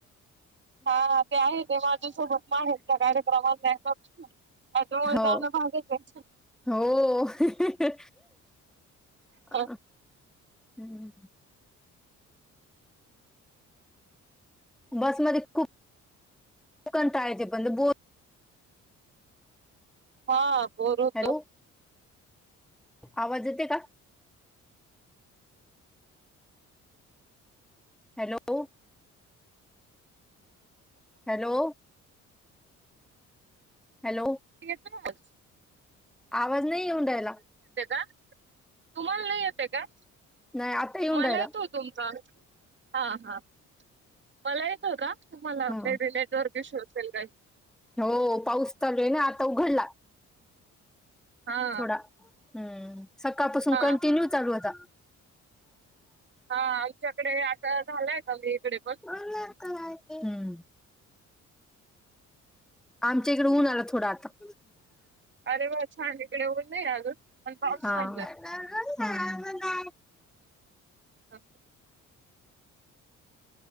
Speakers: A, on the right (about 40°); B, in the centre.
A: हा, ते आहे ते माझ्यासोबत माहेरच्या कार्यक्रमाला नाही अ त म
B: हो
A: जाना भागचय.
B: हो हहहही.
A: आहे.
B: अ हम्म. बस मधे खूप कंटाळा येते बंद. बोल
A: हा बोलूत.
B: हॅलो आवाज येते का? हॅलो! हॅलो! हॅलो!
A: ठीक आहेतना <unintelligible>
B: आवाज नाही येऊन रायला
A: का? तुम्हाला नाही येतय का?
B: नाही आता येऊन
A: मला
B: राहिला
A: येतो तुमचा हा हा मला येतोय का? तुम्हाला
B: हा
A: मेबी नेटवर्क इशू असेल काही.
B: हो पाऊस चालूय ना! आता उघडला
A: हां
B: थोडा हम्म! सकाळपासून
A: हां
B: कंटिन्यू चालू होता.
A: हा, आमच्याकडे आता झालाय कमी इकडे पण.
B: <unintelligible> का हम् आमच्या इकडे ऊन आला थोडं आता <inaudible>
A: अरे वाह! छान इकडे ऊन नाही अजून पण पाऊस
B: हा
A: थांबलाय.
B: हा हो.
A: अ